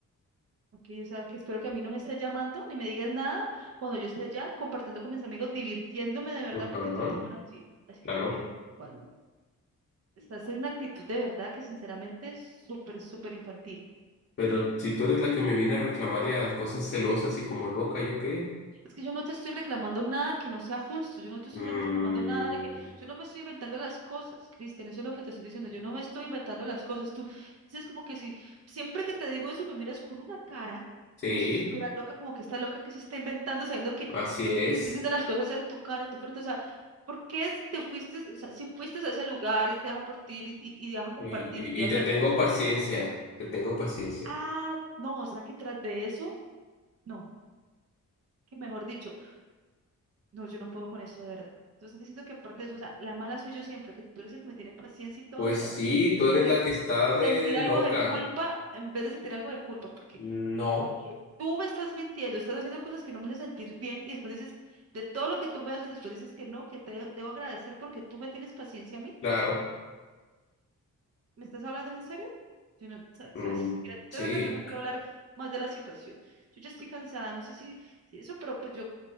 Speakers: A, on the right; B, on the left.
A: Ok, o sea, que espero que a mí no me estés llamando ni me digas nada cuando yo esté allá compartiendo con mis amigos, divirtiéndome de verdad,
B: Ajá,
A: porque tú te pones así, así
B: claro.
A: te, te- bueno, estás en una actitud de verdad que sinceramente es súper, súper infantil.
B: Pero si tú eres la que me viene a reclamar y a cosas celosas y como loca, ¿yo qué?
A: Es que yo no te estoy reclamando nada que no sea justo, yo no te estoy
B: Mm,
A: reclamando nada de que, yo no me estoy inventando las cosas, Cristian, eso es lo que te estoy diciendo, yo no me estoy inventando las cosas, tú dices como que si, siempre que te digo eso me miras con una cara.
B: sí,
A: Como si yo estuviera loca, como que está loca que se está inventando, sabiendo que
B: así es.
A: te estoy diciendo las cosas en tu cara, en tu frente, o sea, ¿por qué si te fuiste, o sea, si fuiste a ese lugar y te vas a partir y, y, y te vas a compartir
B: Y, y-
A: y te
B: y
A: vas
B: te
A: a
B: tengo
A: hacer con esa
B: paciencia,
A: chica?
B: te tengo paciencia.
A: Ah, no, o sea, que tras de eso, no, que mejor dicho, no, yo no puedo con esto de verdad. Entonces, estás diciendo que aparte de eso, o sea, la mala soy yo siempre, que tú eres el que me tiene paciencia y todo,
B: Pues
A: o sea,
B: sí,
A: en vez de de
B: tú
A: tener
B: eres la que está de
A: sentir algo
B: loca.
A: de culpa en vez de sentir algo de culpa, porque,
B: No,
A: porque tú me estás mintiendo, estás haciendo cosas que no me hacen sentir bien y después dices, de todo lo que tú me haces, después dices que no, que te debo agradecer porque tú me tienes paciencia a mí.
B: claro.
A: ¿Me estás hablando en serio? Yo no, sa-
B: Mm,
A: sabes, mira,
B: sí,
A: de verdad yo no quiero hablar más de la situación. Yo ya estoy cansada, no sé si, si eso, pero pues yo